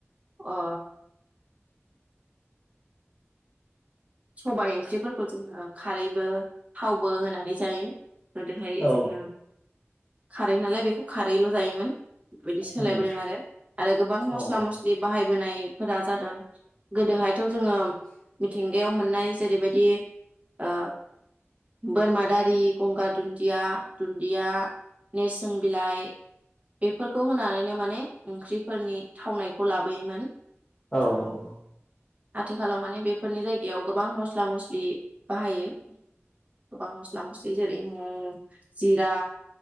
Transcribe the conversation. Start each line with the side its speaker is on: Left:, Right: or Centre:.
Right: अ सबायाइ ओंख्रिफोरखौ जोङो खारैबो थावबो होनानै जायो। गोदोहाय
Left: औ
Right: जोङो खारै नालाय बेखौ खारैल' जायोमोन बिदि सोलायबोदों
Left: उम
Right: आरो गोबां मसला
Left: औ
Right: मस्लि बाहाय बोनाय फोरा जादों गोदोहायथ' जोङो मिथिंग गायाव मोननाय जेरैबायदि ओ बोरमा दारि, गंगार दुन्दिया, दुन्दिया, नेरसिं बिलाइ बेफोरखौ होनानैनो माने ओंख्रिफोरनि थावनायखौ लाबोयोमोन।
Left: औ
Right: ओ
Left: औ।
Right: आथिखालाव माने बेफोरनि जाय गायाव गोबां मस्ला मस्लि बाहायो। गोबां मस्ला मस्लि जेरै म' जिरा